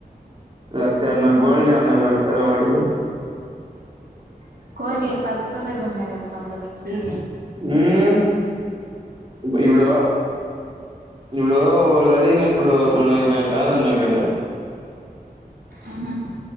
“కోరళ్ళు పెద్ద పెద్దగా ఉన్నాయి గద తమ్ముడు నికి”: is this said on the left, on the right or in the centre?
Right